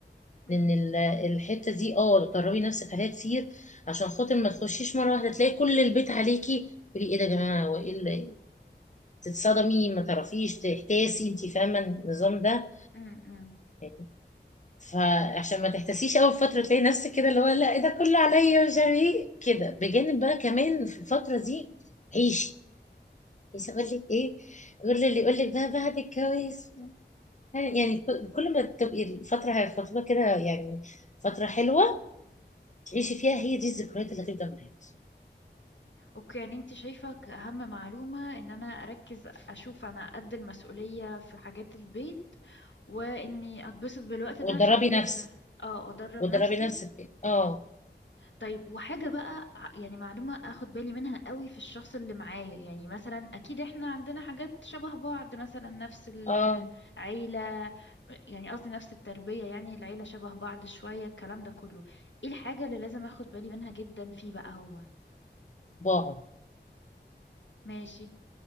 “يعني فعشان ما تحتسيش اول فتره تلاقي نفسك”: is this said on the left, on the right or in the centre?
Left